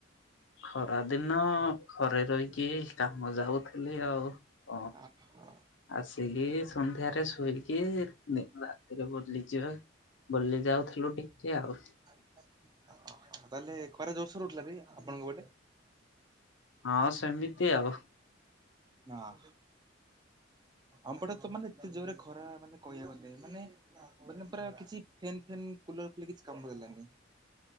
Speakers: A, on the left; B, on the right.
A: ଖରା ଦିନ ଘରେ ରହିକି କାମ ଯାଉଥିଲି ଆଉ ହଁ
B: ଆଉ
A: ଆସିକି ସନ୍ଧ୍ୟାରେ ଶୋଇକି ଦି ରାତିରେ ବୁଲିଯା ବୁଲି ଯାଉଥୁଲୁ ଟିକେ ଆଉ।
B: ଅହ ତାହେଲେ ଖରା ଜୋରସୋରେ ହୋଉଥୁଲା ବି ଆପଣଙ୍କ ପଟେ?
A: ହଁ ସେମିତି ଆଉ।
B: ଅହ ଆମ ପଟେ ତ ମାନେ ଏତେ ଜୋରେ ଖରା ମାନେ କହିବାକୁ ନାଇ ମାନେ ମାନେ ପୁରା କିଛି ଫେନ୍ ଫେନ୍ କୁଲର ଫୁଲ କିଛି କାମ ଦେଲାନି।